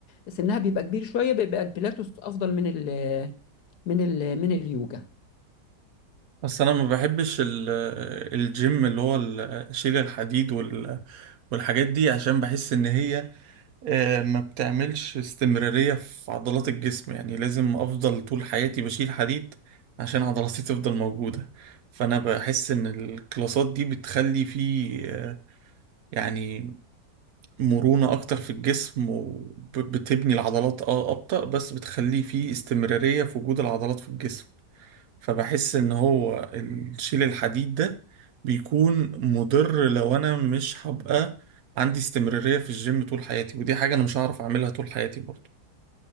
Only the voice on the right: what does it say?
بس انا ما بحبش ال- الجيم اللي هو ال- شيل الحديد وال- والحاجات دي عشان بحس ان هي آه، ما بتعملش استمرارية في عضلات الجسم يعني لازم افضل طول حياتي بشيل حديد عشان عضلاتي تفضل موجودة فانا بحس ان الكلاسات دي بتخلي فيه آه، يعني مرونة اكتر في الجسم وبتبني العضلات اه ابطأ بس بتخلي فيه استمرارية في وجود العضلات في الجسم فبحس ان هو الشيل الحديد ده بيكون مضر لو انا مش هبقى عندي استمرارية في الجيم طول حياتي ودي حاجة انا مش هعرف اعملها طول حياتي برضه